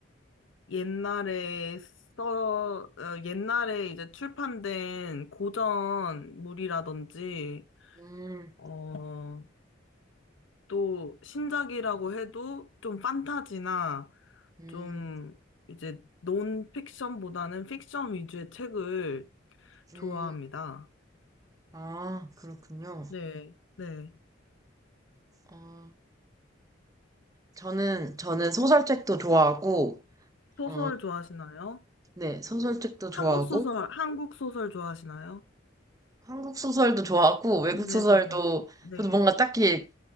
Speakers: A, on the left; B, on the right.
A: 옛날에 써, 어, 옛날에 이제 출판된 고전물이라든지,
B: 음,
A: 어, 또 신작이라고 해도 좀 판타지나
B: 음,
A: 좀 이제 논픽션보다는 픽션 위주의 책을
B: 음.
A: 좋아합니다.
B: 아, 그렇군요.
A: 네, 네.
B: 어, 저는, 저는 소설책도 좋아하고,
A: 소설
B: 어,
A: 좋아하시나요?
B: 네, 소설책도 좋아하고,
A: 한국 소설, 한국 소설 좋아하시나요?
B: 한국 소설도 좋아하고, 외국
A: 국내
B: 소설도,
A: 소설. 네,
B: 저도 뭔가 딱히